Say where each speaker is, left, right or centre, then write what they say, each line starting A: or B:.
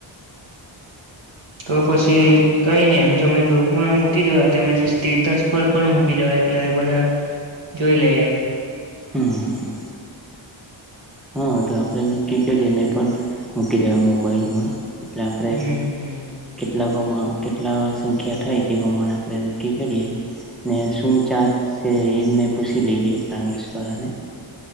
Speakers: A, on the right (about 70°); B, in the centre.
A: તો પછી કઈ નહી એમ તમે ગ્રુપમાં મૂકી દેવા તેમ જે સ્ટેટસ પર, પણ મૂકી જવા એટલે બધા જોઈ લઈ એમ.
B: હા હ હા, હા તો આપણે એને ક્રિ <unintelligible> નહીં પણ મૂકી દેવા મોબાઈલમાં. એટલે આપડે,
A: હમ હમ
B: કેટલાકોમાં કેટલા સંખ્યા થાય તે પ્રમાણે આપણે નક્કી કરીએ. ને શું ચાર્ચ છે એમને પૂછી લઈએે ટ્રાવેલ્સ વાળા ને.